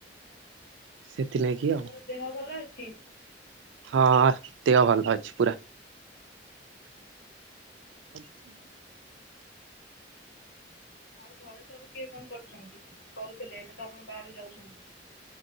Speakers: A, on the right; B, on the left.
A: ସେଥିଲାଗି
B: ଆପଣଙ୍କର
A: ଆଉ
B: ଦେହ ଭଲ ଅଛି?
A: ହଁ ଦେହ ଭଲ ଅଛି ପୁରା। <inaudible> <inaudible>
B: ଆଉ ଘରେ ସବୁ କିଏ କଣ କରୁଛନ୍ତି କରୁଥିଲେ ଏବେ ତ ଆପଣ ବାହାରେ ଯାଉଛନ୍ତି?